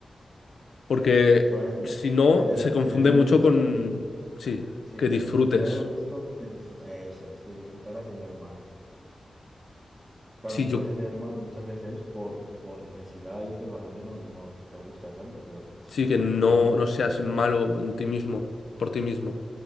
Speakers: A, on the left; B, on the right.
A: porque
B: Solamente
A: si no,
B: tener,
A: se confunde
B: tener el
A: mucho
B: gusto,
A: con sí,
B: sí,
A: que disfrutes.
B: tener el gusto de disfrutar, eso es, de disfrutar haciendo el mal. Claro,
A: Sí,
B: tú
A: yo
B: puedes hacer el mal muchas veces por, por necesidad y que realmente no, no te guste hacerlo, pero si
A: sí que
B: disfrutas
A: no,
B: haciendo
A: no
B: el mal,
A: seas malo en ti mismo, por ti mismo.